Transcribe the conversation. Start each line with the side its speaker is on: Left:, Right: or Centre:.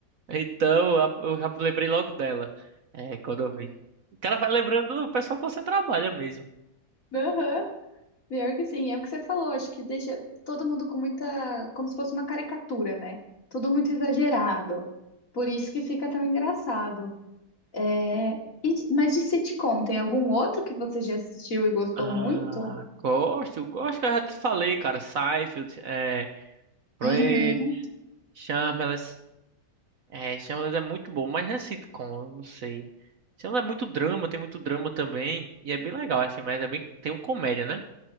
Right: Então, a- eu já lembrei logo dela. É, quando eu vi. O cara vai lembrando do pessoal que você trabalha mesmo.
Left: aham. Pior que sim, é o que você falou, acho que deixa todo mundo com muita, como se fosse uma caricatura, né? Tudo muito exagerado. Por isso que fica tão engraçado. É, E de- mas de sitcom, tem algum outro que você já assistiu e gostou
Right: Ah,
Left: muito?
Right: gosto, gosto que eu já te falei, cara. Seinfeld, é, Friends,
Left: Uhum,
Right: Shameless. É, Shameless é muito bom, mas não é sitcom, eu não sei. Shameless é muito drama, tem muito drama também. E é bem legal, assim, mas é bem. Tem um comédia, né?